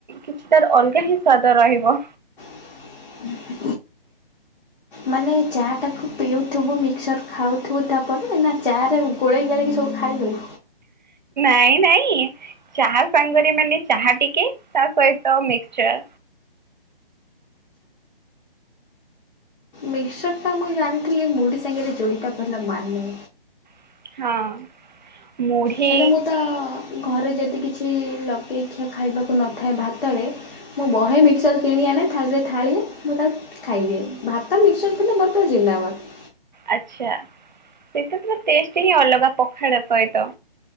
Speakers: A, on the right; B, on the left.
A: କିଛି ତାର ଅଲଗା ହିଁ ସ୍ଵାଦ ରହିବ।
B: ହୁଁ। ମାନେ ଚାଟାକୁ ପିଉଥୁବୁ ମିକ୍ସର ଖାଉଥୁ ହୁ ତାପରେ ନା ଚାରେ ଗୋଳେଇ ଗଳିକି ସବୁ ଖାଇଦେଉୁ?
A: ନାଇଁ ନାଇଁ ଚାହା ସାଙ୍ଗରେ ମାନେ ଚାହା ଟିକେ ତା ସହିତ ମିକସଚର।
B: ମିସର ତ ମୁଁ ଜାଣିଥିଲି ମୁଢ ସାଙ୍ଗରେ ଯୋଡ଼ିତା ପିଲା ମାନେ।
A: ହଁ। ମୁଢି
B: ହେଲେ ମୁଁ ତ ଘରେ ଯଦି କିଛି ଲଗେଇ ଖିଆ ଖାଇବାକୁ ନଥାଏ ଭାତରେ ମୁଁ ବହେ ମିକ୍ସର୍ କିଣି ଆନେ ଥାଳିରେ ଥାଳିଏ ମୁଁ ତାକୁ ଖାଇଦିଏ, ଭାତ ମିକ୍ସର୍ ପଲେ ମୋର ପୁରା ଜିନ୍ଦାବାଦ।
A: ଆଛା ସେଷ୍ଟ ହିଁ ଅଲଗା ପଖାଳ ସହିତ